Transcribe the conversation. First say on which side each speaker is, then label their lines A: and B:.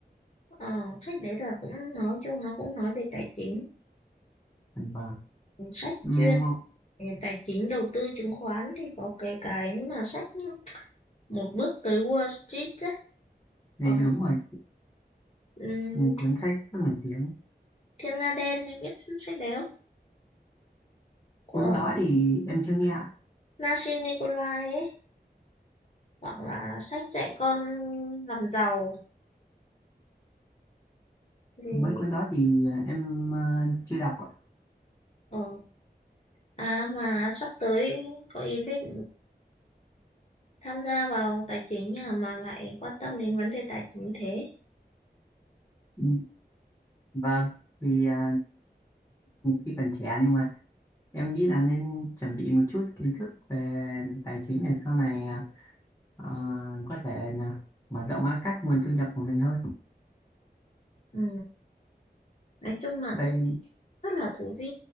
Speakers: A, on the left; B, on the left.
A: ờ, sách đấy là cũng nói chung nó cũng nói về tài chính
B: Dạ Vâng.
A: sách
B: Ừm,
A: chuyên về tài chính đầu tư chứng khoán thì có cái cái mà sách một bước tới Wall Street ấy,
B: Đấy
A: hoặc
B: đúng
A: là
B: rồi
A: ừm,
B: Ừ, cuốn sách rất nổi tiếng
A: Thiên Nga Đen em biết sách đấy không của
B: cuốn đó thì em chưa nghe ạ
A: Nassim Nikolai ấy hoặc là sách dạy con làm giàu gì
B: mấy cuốn đó thì ờ, em ờ, chưa đọc ạ.
A: ờ, à mà sắp tới có ý định tham gia vào tài chính à, mà lại quan tâm đến vấn đề tài chính thế
B: Ừ, vâng thì ờ, khi còn trẻ nhưng mà em nghĩ là nên chuẩn bị một chút kiến thức về tài chính để sau này ờ, có thể là mở rộng ra các nguồn thu nhập của mình hơn
A: ừ. nói chung là
B: vậy
A: thích rất là thú vị